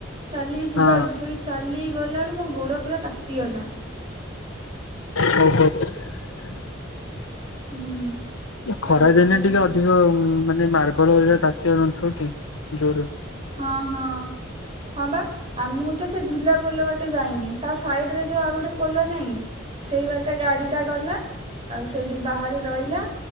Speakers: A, on the right (about 30°); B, on the left (about 85°).
A: ଚାଲିକି ଯିବାକୁ
B: ହଁ
A: ସେଇ ଚାଲି ଗଲା କୁ ମୋ ଗୋଡ ପୁରା ତାତିଗଲା।
B: ହଉ ହଉ।
A: ହୁଁ ତାପରେ
B: ଖରାଦିନେ ଟିକେ ଅଧିକ ମାନେ ମାର <unintelligible> କାଟିବା ଯନ୍ତ୍ର କି ଜୋରେ
A: ହଁ ହଁ ହଁ ବା ଆ ମୁଁ ତ ସେ ଝୁଲା ପୋଲ ବାଟେ ଯାଇନି ତା ସାଇଡ ରେ ଯୋଉ ଆଉ ଗୋଟେ ପୋଲ ନାହିଁ ସେଇ ବା ଟରେ ଗାଡି ଟା ଗଲା ଆଉ ସେଇଠି ବାହାରେ ରହିଲା